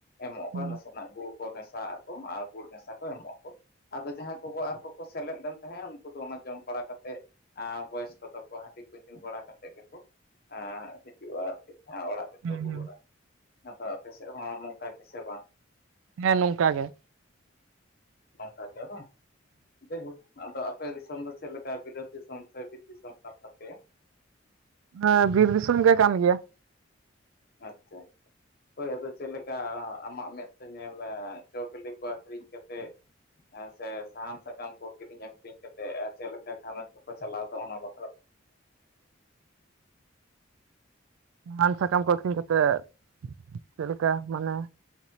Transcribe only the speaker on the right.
ᱦᱮᱸ
ᱦᱩᱸ
ᱦᱩᱸ
ᱦᱮᱸ ᱱᱚᱝᱠᱟ ᱜᱮ
ᱮᱸ ᱵᱤᱨ ᱫᱤᱥᱚᱢ ᱜᱮ ᱠᱟᱱ ᱜᱮᱭᱟ
<inaudible>
ᱥᱟᱱ ᱥᱟᱠᱟᱢ ᱠᱚ ᱟᱹᱠᱷᱨᱤᱧ ᱠᱟᱛᱮᱜ ᱪᱮᱫᱞᱮᱠᱟ ᱢᱟᱱᱮ